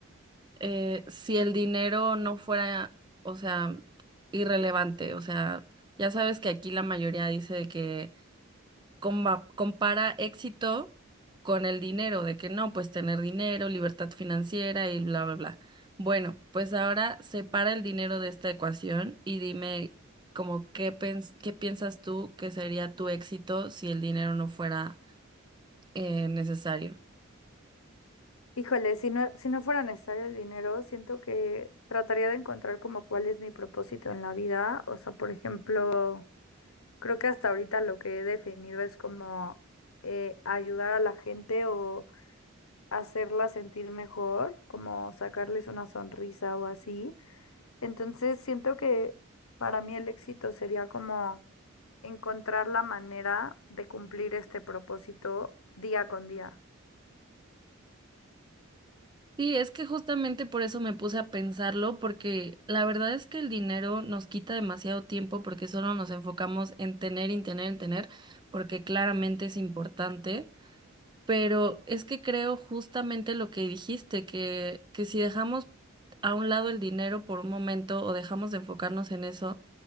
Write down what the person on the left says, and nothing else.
Híjole, si no, si no fuera necesario el dinero, siento que trataría de encontrar como cuál es mi propósito en la vida. O sea, por ejemplo, creo que hasta ahorita lo que he definido es como eh, ayudar a la gente o hacerla sentir mejor, como sacarles una sonrisa o así. Entonces, siento que para mí el éxito sería como encontrar la manera de cumplir este propósito día con día.